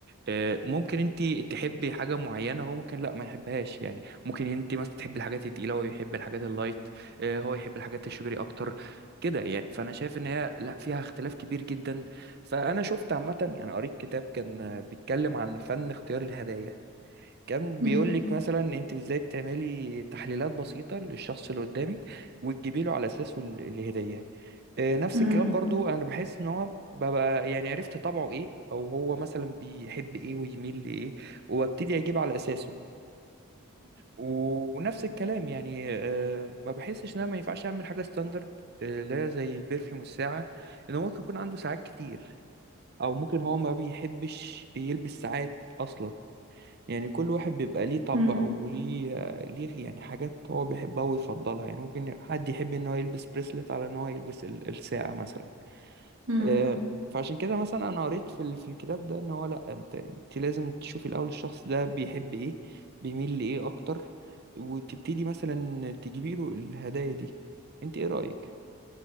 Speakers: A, on the right; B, on the right.
A: آه، ممكن انت تحبي حاجه معينه هو ممكن لا ما يحبهاش يعني ممكن انت مثلا تحبي الحاجات التقيله هو يحب الحاجات اللايت آه، هو يحب الحاجات الشجري اكتر كده يعني فانا شايف ان هي لا فيها اختلاف كبير جدا فانا شفت عامه يعني قريت كتاب كان آه، بيتكلم عن فن اختيار الهدايا كان
B: مم.
A: بيقول لك مثلا انت ازاي بتعملي تحليلات بسيطه للشخص اللي قدامك وتجيبي له على اساسه ال- الهديه آه، نفس
B: مم.
A: الكلام برضو انا بحس ان هو ببقى يعني عرفت طبعه ايه او هو مثلا بيحب ايه ويميل لايه وابتدي اجيب على اساسه و- ونفس الكلام يعني آه، ما بحسش ان انا ما ينفعش اعمل حاجه ستاندرد آه، لا زي البرفيوم الساعه انه ممكن يكون عنده ساعات كتير او ممكن هو ما بيحبش يلبس ساعات اصلا يعني كل واحد بيبقى ليه طبع
B: مم.
A: وليه ليه يعني حاجات هو بيحبها ويفضلها يعني ممكن حد يحب ان هو يلبس بريسلت على ان هو يلبس ال- الساعة مثلا
B: مم.
A: آه، فعشان كده مثلا انا قريت في ال- في الكتاب ده ان هو لا انت انت لازم تشوفي الاول الشخص ده بيحب ايه بيميل لايه اكتر وتبتدي مثلا تجيبي له الهدايا دي انت ايه رأيك